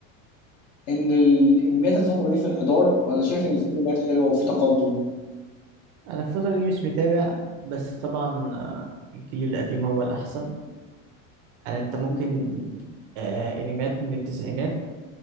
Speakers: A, on the left; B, on the right.
A: ان الانميات الفتره دي في انحدار ولا شايف ان في انميات حلوه وفي تقدم
B: انا الفترة دي مش متابع بس طبعا آه، الجيل القديم هو الاحسن يعني انت ممكن
A: مم.
B: آه، انميات من التسعينات